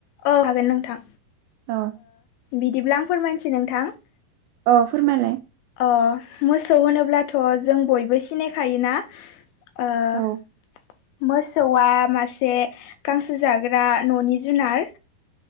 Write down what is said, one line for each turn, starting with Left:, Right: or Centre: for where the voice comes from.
Left: औ हागोन नोंथां
Right: औ
Left: बिदिब्ला आं फोरमायसै नोंथां
Right: औ फोरमायलाय
Left: अ मोसौ होनोब्लाथ' जों बयबो सिनायखायोना ओ मोसौ
Right: औ
Left: मोसौवा मासे गांसो जाग्रा न'नि जुनार